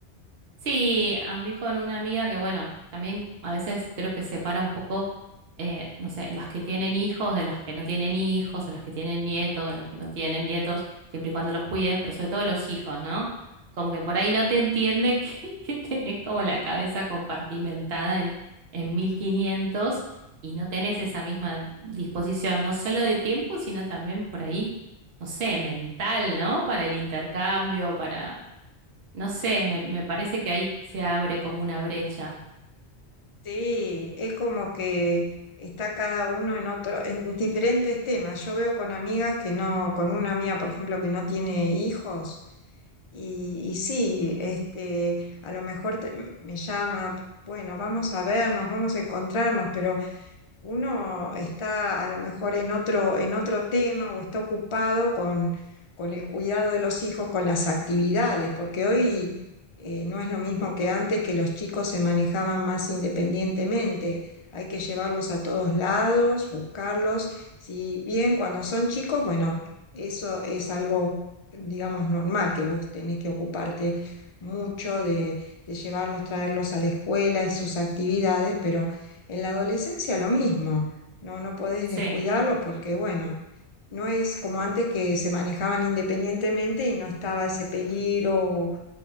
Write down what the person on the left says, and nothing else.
Sí, es como que está cada uno en otro, en diferentes temas. Yo veo con amigas que no, con una amiga, por ejemplo, que no tiene hijos, y, y sí, este, a lo mejor te- me llama, bueno, vamos a vernos, vamos a encontrarnos, pero Uno está a lo mejor en otro, en otro tema o está ocupado con, con el cuidado de los hijos, con las actividades, porque hoy eh, no es lo mismo que antes que los chicos se manejaban más independientemente. Hay que llevarlos a todos lados, buscarlos. Si bien cuando son chicos, bueno, eso es algo, digamos, normal, que vos tenés que ocuparte mucho de, de llevarlos, traerlos a la escuela y sus actividades, pero... En la adolescencia lo mismo, no, no podés
descuidarlos porque, bueno, no es como antes que se manejaban independientemente y no estaba ese peligro